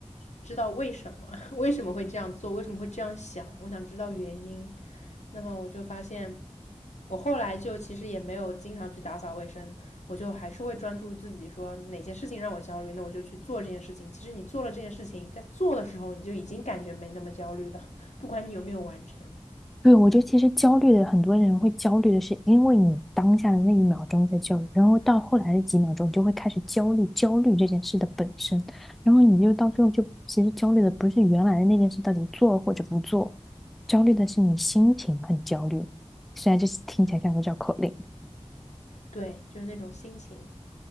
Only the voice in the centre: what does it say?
对，我觉得其实焦虑的很多人会焦虑的是，因为你当下的那一秒钟在焦虑，然后到后来的几秒钟，你就会开始焦虑焦虑这件事的本身，然后你就到最后就其实焦虑的不是原来的那件事到底做或者不做，焦虑的是你心情很焦虑。虽然这是听起来像个绕口令，